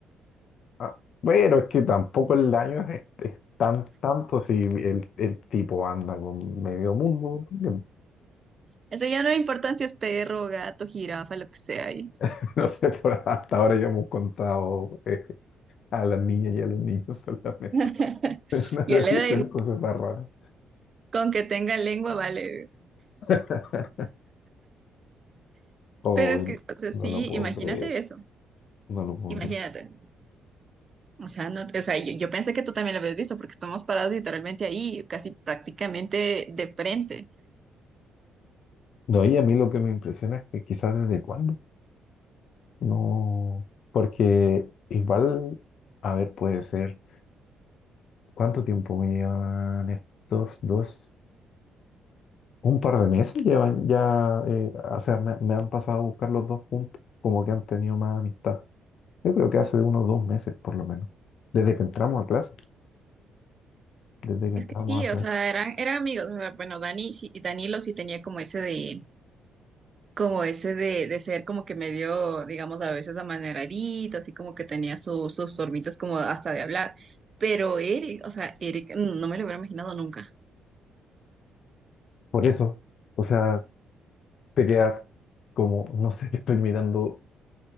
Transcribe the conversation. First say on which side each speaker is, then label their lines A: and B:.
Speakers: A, on the left; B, on the right.
A: ah, bueno, es que tampoco el daño es, es tan tanto si el, el tipo anda con medio mundo. también.
B: Eso ya no le importa si es perro, gato, jirafa, lo que sea. Y
A: <laughs> No sé, por hasta ahora ya hemos contado eh, a las niñas y a los niños solamente.
B: <laughs>
A: <laughs> No he
B: ya le
A: visto
B: da igual,
A: en cosas tan raras.
B: con que tenga lengua, vale.
A: <laughs> Oh,
B: Pero es que, o sea,
A: no
B: sí,
A: lo puedo
B: imagínate
A: creer,
B: eso.
A: no lo puedo
B: Imagínate.
A: creer.
B: O sea, no, o sea, yo, yo pensé que tú también lo habías visto porque estamos parados literalmente ahí, casi prácticamente de frente.
A: No, y a mí lo que me impresiona es que quizás desde cuándo, no, porque igual, a ver, puede ser, ¿cuánto tiempo me llevan estos dos? Un par de meses llevan ya, eh, o sea, me, me han pasado a buscar los dos juntos, como que han tenido más amistad. Yo creo que hace unos dos meses por lo menos, desde que entramos a clase, desde que
B: Es
A: entramos
B: que sí,
A: a clase.
B: o sea, eran, eran amigos. o sea, bueno, Dani sí, y Danilo sí tenía como ese de, como ese de, de ser como que medio, digamos, a veces amaneradito, así como que tenía su- sus sorbitas como hasta de hablar. Pero Eric, o sea, Eric, mm, no me lo hubiera imaginado nunca.
A: Por eso, o sea, te quedas como, no sé, <laughs> estoy mirando.